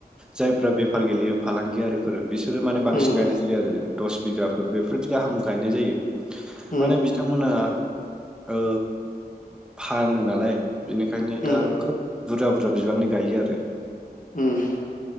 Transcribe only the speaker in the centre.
जायफ्रा बेफार गेलेयो फालांगियारिफोर बिसोरो माने बांसिन
गायनाय जायो आरो। दस बिगाफोर बेफोरदि गाहाम गायनाय जायो।
माने बिथांमोना ओ फानो नालाय बिनिखायनो
दा खोब बुरजा बुरजा बिबांनि गायो आरो।